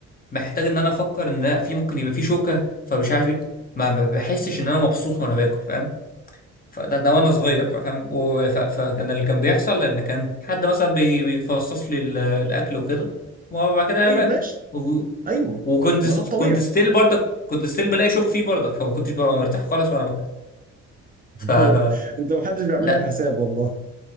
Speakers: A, on the left; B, on the right.
A: محتاج ان انا افكر ان لا في ممكن يبقى في شوكه فمش عارف ايه ما ما بحسش ان انا مبسوط وانا باكل فاهم فده ده وانا صغير بقى فاهم و- ف- فكان اللي كان بيحصل ان كان حد مثلا بي- بيفصص لي ال- الاكل وكده وبعد كده انا
B: طيب
A: باكل
B: ماشي
A: و-
B: ايوه
A: وكنت
B: ما
A: س-
B: ده الطبيعي
A: كنت ستيل برضك كنت ستيل بلاقي شوك فيه برضك فما كنتش ببقى مرتاح خالص وانا باكل ف ف-
B: هو انت ما حدش بيعمل
A: لا
B: لك حساب والله